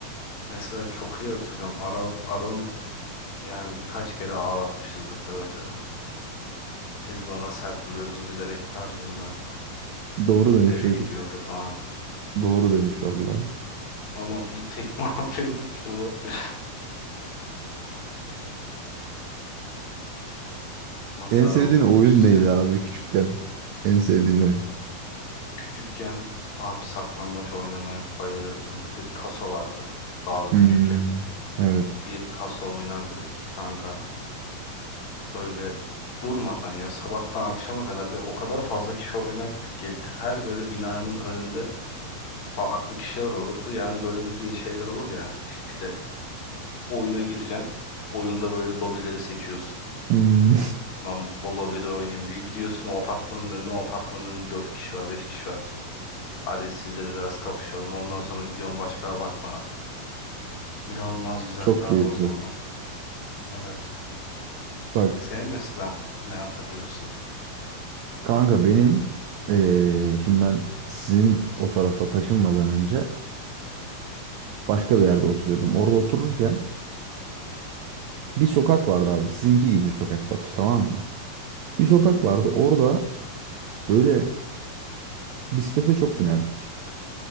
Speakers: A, on the left; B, on the right.
A: Mesela çok iyi hatırlıyorum. Aral, Aral'ın yani birkaç kere ağlatmışızdır döve döve. Siz bana sert vuruyorsunuz bilerek tarzında.
B: Doğru demiş
A: Eve
B: çocuk.
A: gidiyordu falan.
B: Doğru demiş valla.
A: Ama bir tekme <laughs> atıyorduk ki o da <laughs> Nasıl
B: En
A: adamlarmışız
B: sevdiğin oyun neydi
A: ya.
B: abi küçükken? En sevdiğin oyun.
A: Küçükken abi saklambaç oynamaya bayılırdım. Bir de taso vardı. Daha da
B: Hmm.
A: küçükken.
B: Evet.
A: Bir taso oynardık ki kanka böyle durmadan ya sabahtan akşama kadar ve o kadar fazla kişi oynardık ki her böyle binanın önünde farklı kişiler olurdu. Yani böyle bildiğin şeyler olur ya işte oyuna gireceksin. Oyunda böyle lobileri seçiyorsun.
B: Hmm.
A: Lan bu lobide oynayayım diye gidiyorsun o apartmanın önüne o apartmanın önünde 4 kişi var 5 kişi var. Hadi siz de biz arası kapışalım. Ondan sonra gidiyorum başka apartmana. İnanılmaz güzeldi
B: <laughs> Çok
A: abi
B: keyifli.
A: o zamanlar. Evet.
B: Bak.
A: Senin mesela ne hatırlıyorsun?
B: Kanka benim eee, şimdi ben sizin o tarafa taşınmadan önce başka bir yerde oturuyordum. Orada otururken bir sokak vardı abi. Sizinki gibi bir sokak Batu tamam mı? Bir sokak
A: Hı
B: vardı.
A: hı.
B: Orada böyle bisiklete çok binerdik.